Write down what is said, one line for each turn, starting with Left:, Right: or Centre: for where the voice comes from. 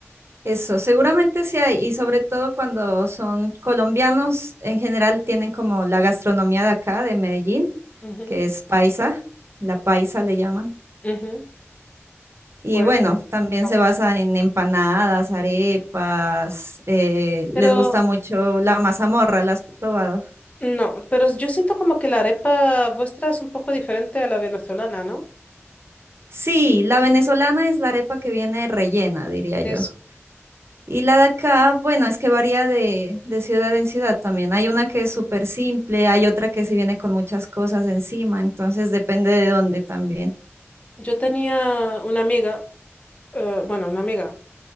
Right: Eso, seguramente sí hay, y sobre todo cuando son colombianos, en general tienen como la gastronomía de acá, de Medellín,
Left: Ujú,
Right: que es paisa, la paisa le llaman.
Left: ujú.
Right: Y
Left: Pues,
Right: bueno, también
Left: no.
Right: se basa en empanadas, arepas. eh,
Left: Pero
Right: les gusta mucho la mazamorra, ¿la has probado?
Left: No, pero yo siento como que la arepa vuestra es un poco diferente a la venezolana, ¿no?
Right: Sí, la venezolana es la arepa que viene rellena, diría
Left: Eso.
Right: yo. Y la de acá, bueno, es que varía de, de ciudad en ciudad también. Hay una que es súper simple, hay otra que sí viene con muchas cosas encima, entonces depende de dónde también.
Left: Yo tenía una amiga, eh, bueno, una amiga,